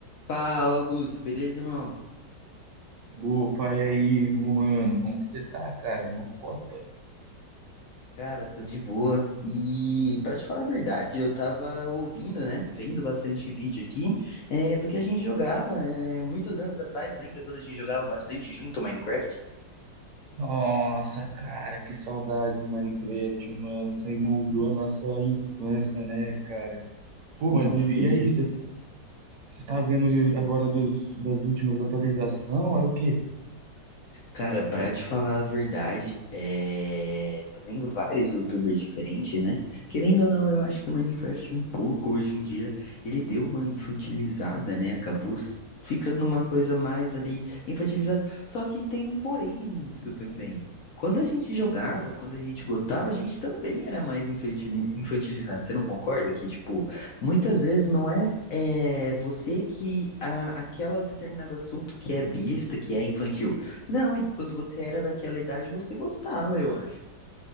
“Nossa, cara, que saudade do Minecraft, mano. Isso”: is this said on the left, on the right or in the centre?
Right